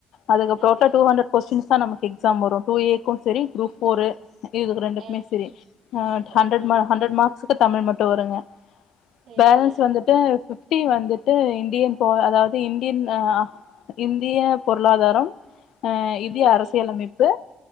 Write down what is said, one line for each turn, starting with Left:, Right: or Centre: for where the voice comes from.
Left: அதுக்கப்புறம்
Right: சரி
Left: டூ ஹண்டரட் கொஸ்டின்ஸ் தான் நமக்கு எக்ஸாம் வரும் டூ ஏக்கும் சரி குரூப் போரு இதுக்கு ரெண்டுக்குமே
Right: ஆ
Left: சரி ஹ்
Right: ஓகே
Left: ஹண்ட்ரட் ஹண்ட்ரட் மார்க்ஸுக்கு தமிழ் மட்டும் வருங்க
Right: சரிங்க
Left: பேலன்ஸ் வந்துட்டு பிப்டி வந்துட்டு இந்தியன் போ அதாவது இந்தியன் இந்திய பொருளாதாரம்
Right: ஆ
Left: இந்திய
Right: ஓகே
Left: அரசியலமைப்பு